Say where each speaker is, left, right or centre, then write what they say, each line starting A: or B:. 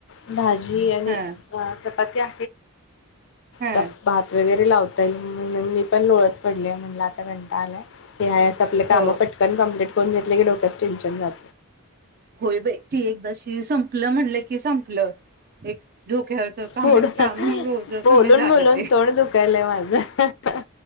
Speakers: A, on the left; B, on the right.
A: भा भाजी आणि
B: हा
A: चपा पत्या
B: हा
A: तर भात वगैरे लावतो म्हणून मी पण लोळत पडली म्हणल आता <unintelligible> आलाय आपलं
B: हो
A: कामं पटकन बंद फोन घेतले की डोक्याचं टेन्शन जात
B: होय बई ती एकदाशी संपलं म्हणलं की संपलं एक डोक्यावरचं काम
A: पुढ
B: काम
A: बोलून
B: कमी झालं
A: बोलून
B: ते
A: तोंड दुखालय माझं हा हा हा.